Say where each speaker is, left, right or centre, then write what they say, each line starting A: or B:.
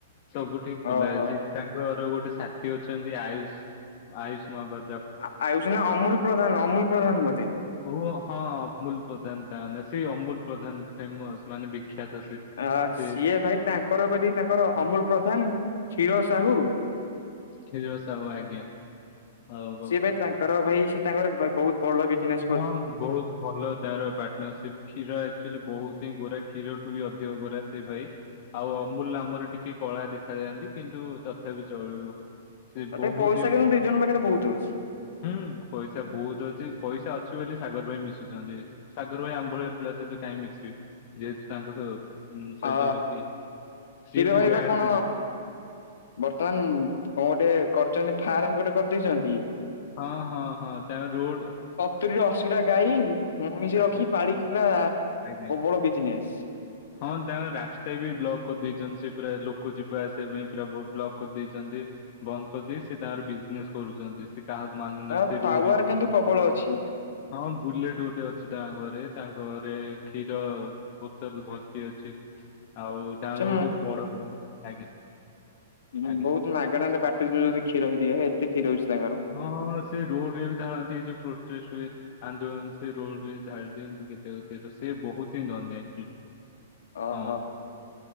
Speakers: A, on the left (about 40°); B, on the left (about 80°).
A: ସବୁଟି ଖୋଲା
B: ଓହୋ।
A: ଅଛି ତାଙ୍କର ଗୋଟେ ସାଥି ଅଛନ୍ତି ଆୟୁଷ୍ ଆୟୁଷ୍ ମହାପାତ୍
B: ଆ ଆୟୁଷ୍ ନା ଅମୁଲ୍ ପ୍ରଧାନ ଅମୁଲ୍ ପ୍ରଧାନ ବୋଧେ।
A: ଔ ଅ ହଁ ଅମୁଲ୍ ପ୍ରଧାନ୍ ତାଆ ନାଁ ସେ ଅମୁଲ୍ ପ୍ରଧାନ୍ ଫେମସ୍ ମାନେ ବିଖ୍ୟାତ ସେ।
B: ଆ
A: ସେ
B: ସିଏ ଭାଇ ତାଙ୍କର ବେଲି ତାଙ୍କର
A: ହଁ,
B: ଅମୁଲ୍ ପ୍ରଧାନ୍ କ୍ଷୀଅ ସାହୁ।
A: ଖିଲ ସାହୁ ଆଜ୍ଞା। ହଉ ହଉ
B: ସିଏ ବାଇ ତାଙ୍କର ଭାଇ ସି ତାଙ୍କର ବା ବୋହୁତ୍ ବଲ ବିଜ୍ନେସ୍।
A: ହଁ ବୋହୁତ୍ ଭଲ ତାର ପା ନା ସିପ୍ କ୍ଷୀର ଆକ୍ଚୁଲି ବୋହୁଚାଇଁ ଗୋରା କ୍ଷୀରଠୁ ବି ଅଧିକ ଗୋରା ସେ ଭାଇ। ଆଉ ଅମୁଲ୍ ନାମରେ ଟିକେ କଳା ଦେଖାାଯାଆନ୍ତି କିନ୍ତୁ ତଥାପି ଚଳିବ। ସେ
B: ତଥାପି
A: ବୋହୁତ୍
B: ପଇସା
A: ଇମ୍ପୋଟା
B: କିନ୍ତୁ ଦି ଜଣ ପାଖରେ ବହୁତ ଅଛି।
A: ହୁଁ ପଇସା ବୋହୁତ୍ ଅଛି। ପଇସା ଅଛି ବୋଲି ସାଗର୍ ଭାଇ ମିଶୁଛନ୍ତି ଆଜି ସାଗର୍ ଭାଇ ଆମ୍ ଭଳିଆ ପିଲା ସହିତ କାଇଁ ମିଶିବେ। ଯେହେତୁ ତାଙ୍କସ ଉଁ ସଇତ
B: ଅ
A: ମିଶି ସିଏ
B: କ୍ଷୀର
A: ବି
B: ଭାଇ
A: ବ୍ୟାଡ୍
B: ବା କଣ ବର୍ତ୍ତମାନ କଁ ଗୋଟେ କରୁଚନ୍ତି ଫାର୍ମ ଗୋଟେ କରିଦେଇଚନ୍ତି।
A: ହଁ ହଁ ହଁ ତାଙ୍କ ରୋଡ୍
B: ସତୁରି ଅଶୀଟା ଗାଈ ମଇଁଷି
A: ଆଜ୍ଞା
B: ରଖିକି ପାଳିକି ପୁରା
A: ଆଜ୍ଞା
B: ପ୍ରୋବଳ ବିଜ୍ନେସ୍।
A: ହଁ ତାଙ୍କ ରାକ୍ଷ୍ଟା ବି ବ୍ଲକ୍ କରିଦେଇଛନ୍ତି ସେ ପୁରା ଲୁକ୍ କୁ ଯିବା ଆସିବା ପାଇଁ ପୁରା ବୋହୁତ୍ ବ୍ଲକ୍ କରିଦେଇଚନ୍ତି ବନ୍ଦ କରିଦେଇ ସେ ତାଙ୍କର ବିଜ୍ନେସ୍ କରୁଚନ୍ତି ସିଏ। କାହାକୁ ମାନୁନାହାନ୍ତି
B: ତା
A: ସେ
B: ପାୱାର
A: ରୋଡ୍ ରେ ଯିବେ।
B: କିନ୍ତୁ ପ୍ରବଳ ଅଛି।
A: ହଁ ବୁଲେଟ୍ ଗୋଟେ ଅଛି ତାଅଁ ଘରେ ତାଙ୍କ ରେ କ୍ଷୀର ବୋତଲ୍ ଭର୍ତି ଅଛି ଆଉ ତାଆର
B: ସେ
A: ଗୋଟେ ବଡ଼ ବମ୍। ଆଜ୍ଞା।
B: ହୁଁ
A: ଆଜ୍ଞା
B: ବୋହୁତ୍ ମାଗେଣାରେ ବାଣ୍ଟୁ ଥିବେ ଯେଦି କ୍ଷୀର ହି ଦିଏ ଏତେ କ୍ଷୀର ହୋଉଚି ତାଙ୍କର।
A: ହଁ ହଁ ହଁ ସେ ରୋଡ଼ରେ ବି ଧାଳନ୍ତି ଏ ଯୋଉ ପ୍ରୋଟେଷ୍ଟ୍ ହୁଏ। ଆନ୍ଦୋଳନ ସେ ରୋଡ୍ ରେ ଧାଳି ଦିଅନ୍ତି କେତେକ କିନ୍ତୁ ସେ ବୋହୁତ୍ ହିଁ ଅନ୍ୟାୟ।
B: ଓହୋ।
A: ହଁ